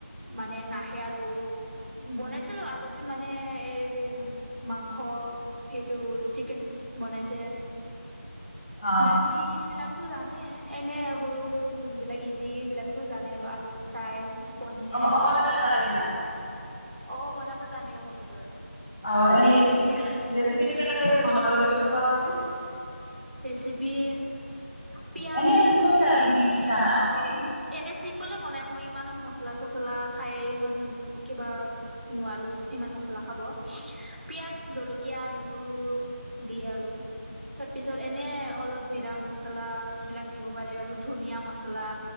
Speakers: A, on the right; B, in the centre.
A: মানে নাহে আৰু। বনাইছিলো আগতে মানে এইব মাংস এইটো চিকেন বনাইছে,
B: অ
A: দালি বিলাকতো জা মানে এনে সৰু সৰু যি বিলাক ইজি বিলাকতো জানে আৰু আলু ফ্ৰাই কণী
B: অম অম বেদৰ জানে নে নাই?
A: অ বনাব জানে অম বেদ <unintelligible>
B: অ' এনেই ৰেচিপি ৰেচিপিটো কেনেকে বনাব লাগে তুমি কোৱাচোন?
A: ৰেচিপি পিঁয়াজ
B: এনে চিম্পল চাই আৰু যি যি জানা সেইখিনি
A: অ' এনেই চিম্পলে, খোৱা নাই মই ইমানো মচলা চচলা খাই ইমান কিবা নোৱাৰোঁ ইমন মছলা খাব, পিয়াজ, জলকীয়া, নহৰু দিয়ে আৰু তাত, পিছত এনে অলপ জিৰা মছলা এইবিলাক দিব পাৰে আৰু ধনীয়াা মচলা